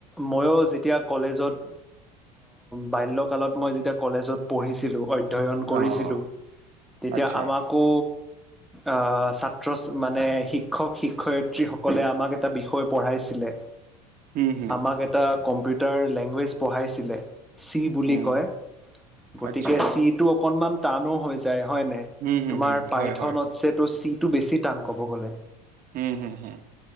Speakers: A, in the centre; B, on the right.
A: ময়ো যেতিয়া কলেজত বাল্যকালত মই যেতিয়া কলেজত পঢ়িছিলো অধ্যয়ন কৰিছিলোঁ
B: অ অ
A: তেতিয়া
B: আচ্ছা
A: আমাকো অ', ছাত্ৰ মানে শিক্ষক শিক্ষয়িত্ৰীসকলে আমাক এটা বিষয় পঢ়াইছিলে
B: উম হুম
A: আমাক এটা কম্পিউটাৰ লেংগুৱেজ পঢ়াইছিলে চি বুলি
B: উম
A: কয় গতিকে
B: আচ্ছা
A: চি টো অকনমান টানো হৈ যায় হয় নাই।
B: উম হুম
A: তোমাৰ
B: হুম হয়
A: পাইথনতছে
B: হয় হয়
A: তো চিটো বেছি টান কব গ'লে।
B: হুম হুম হুম।